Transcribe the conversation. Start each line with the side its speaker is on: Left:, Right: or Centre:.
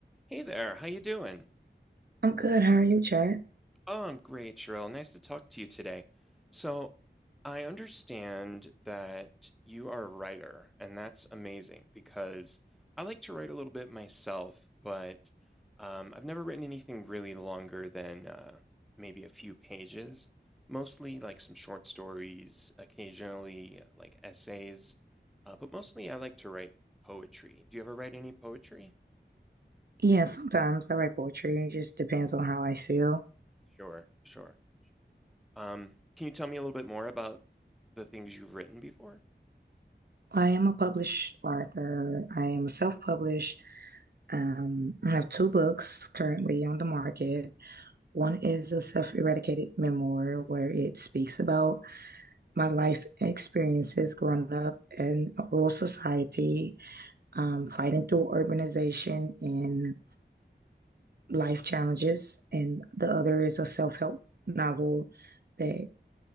Centre: Hey there, how you doing?
Right: I'm good. How are you, Chad?
Centre: Oh, I'm great, Cheryl. Nice to talk to you today. So, I understand that you are a writer, and that's amazing because I like to write a little bit myself, but um, I've never written anything really longer than uh, maybe a few pages. Mostly like some short stories, occasionally like essays, uh, but mostly I like to write poetry. Do you ever write any poetry?
Right: Yeah, sometimes I write poetry. It just depends on how I feel.
Centre: Sure, sure. Um, can you tell me a little bit more about the things you've written before?
Right: I am a published author. I am self-published. Um, I have two books currently on the market. One is a self-eradicated memoir where it speaks about my life experiences growing up in a rural society, um, fighting through urbanization and life challenges. And the other is a self-help novel that